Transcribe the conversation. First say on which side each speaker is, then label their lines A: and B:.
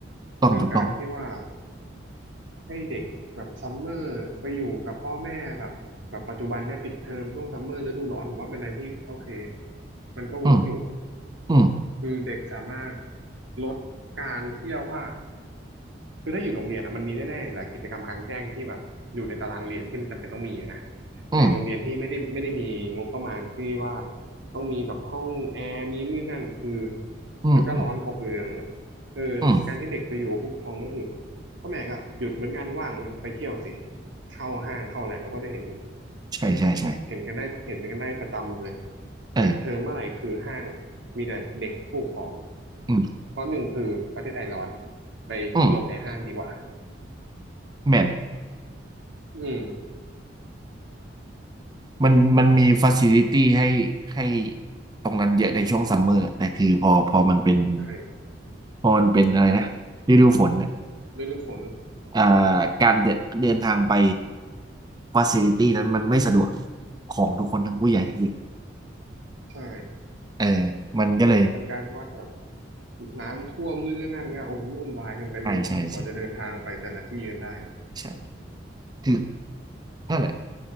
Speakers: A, on the right (about 20°); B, on the right (about 85°).
A: ต้องถูกต้อง
B: คือการที่ว่าให้เด็กแบบซัมเมอร์ไปอยู่กับพ่อแม่แบบแบบปัจจุบันเนี่ยปิดเทอมช่วงซัมเมอร์ฤดูร้อนผมว่าเป็นอะไรที่โอเคมันก็เวิร์กอยู่
A: อืมอืม
B: คือเด็กสามารถลดการเที่ยวค่า คือถ้าอยู่โรงเรียนอ่ะมันมีแน่ๆอยู่แล้วกิจกรรมกลางแจ้งที่แบบอยู่ในตารางเรียนที่มันจำเป็นต้องมีอะนะ
A: อืม
B: ในโรงเรียนที่ไม่ได้ไม่ได้มีงบประมาณที่ว่าต้องมีแบบห้องแอร์มีนู่นนั่นคือ
A: อืมอืม
B: มันก็ร้อนอบอยู่ในนั้นอ่ะเออการที่เด็กไปอยู่กับผู้ปกครองก็คือ
A: อืม
B: พ่อแม่ก็หยุดเหมือนกันว่างเหมือนกันไปเที่ยวสิเข้าห้างเข้าอะไรเราก็จะเห็น
A: ใช่ใช่ใช่
B: เห็นกันได้เห็นกันได้ประจำเลย
A: เออ
B: ปิดเทอมเมื่อไหร่คือห้างมีแต่เด็กผู้ปกครอง
A: อืม
B: เพราะหนึ่งคือประเทศไทยร้อนไปหลบไอ้ห้างดีกว่า
A: อืมแมน
B: อืมมัน
A: มันมันมีฟ a ซิลิตี้ให้ให้ตรงนั้นเยอะในช่วงซัมเมอร์แต่คือพอพอมันเป็น
B: ใช่
A: พอมันเป็นอะไรนะฤดูฝนเนี่ย
B: ฤดูฝน
A: อ่าการเดินเดินทางไปฟ a ซิลิตี้นั้นมันไม่สะดวกของทุกคนทั้งผู้ใหญ่ทั้งเด็ก
B: ใช่
A: เออมันก็เลย
B: มันกลายเป็นว่าแบบน้ำท่วมนู่นนี่นั่นก็โอ้โหวุ่นวายกันเต็มไปหมดกว่าจะเดินทางไปแต่ละที่กันได้
A: ใช่ใช่ใช่ใช่คือนั่นแหละ